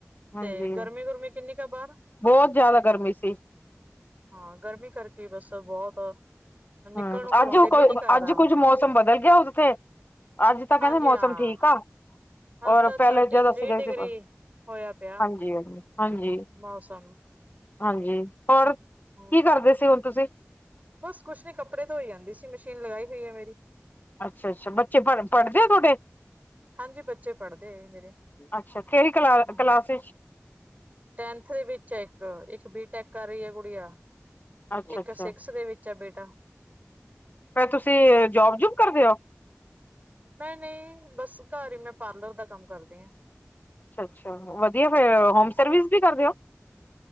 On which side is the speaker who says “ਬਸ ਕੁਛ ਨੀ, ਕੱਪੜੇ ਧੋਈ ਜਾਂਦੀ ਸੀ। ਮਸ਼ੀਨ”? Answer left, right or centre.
Right